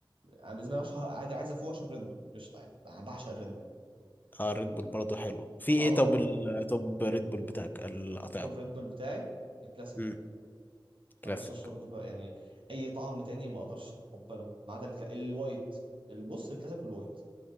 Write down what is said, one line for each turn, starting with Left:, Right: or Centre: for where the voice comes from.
Right: انا بالنسبه لي اشهر عادي عايز افوق اشرب ريد بول قشطه يعني أنا بعشق الريد بول
Left: اه ريد بول برضه حلو في ايه
Right: اه
Left: طب ال... طب ريد بول بتاعك الاطعمه
Right: توب ريد بول بتاعي الكلاسيك
Left: امم
Right: ما
Left: كلاسيك
Right: اقدرش اشرب ريد بول يعني اي طعم تاني ما اقدرش اتقبله ما عدا الكلا- الوايت البص الكلاسيك والوايت